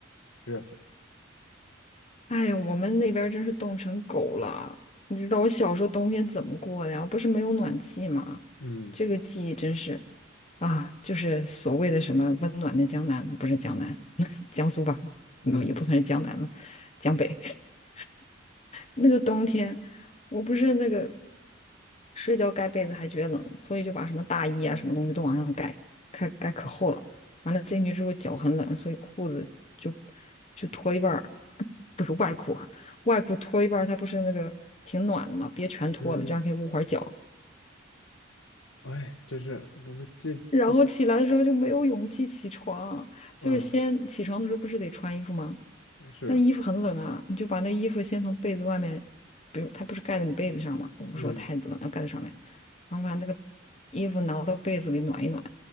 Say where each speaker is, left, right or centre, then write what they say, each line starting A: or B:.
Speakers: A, on the left; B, on the left.
A: 热死了。
B: 哎呀，我们那边儿真是冻成狗了。你知道我小时候冬天怎么过的呀？不是没有暖气吗？
A: 嗯
B: 这个记忆真是。啊，就是所谓的什么温暖的江南，不是江南，<laughs> 江苏吧？
A: 嗯
B: 嗯，也不算是江南了，江北。<laughs> 那个冬天，我不是那个睡觉盖被子还觉得冷，所以就把什么大衣啊什么东西都往上盖，盖盖可厚了。完了进去之后脚很冷，所以裤子就就脱一半儿，<laughs> 不是外裤啊，外裤脱一半儿，它不是那个挺暖的嘛，别全脱了，
A: 嗯，
B: 这样可以捂会儿脚。
A: 哎，真是，我这这
B: 然后起来的时候就没有勇气起床，
A: 啊，
B: 就是先起床的时候不是得穿衣服吗？
A: 是的，
B: 那衣服很冷啊，你就把那衣服先从被子外面，比如它不是盖在你被子上嘛，我们说太冷要盖在上面，
A: 嗯，
B: 然后把那个衣服拿到被子里暖一暖，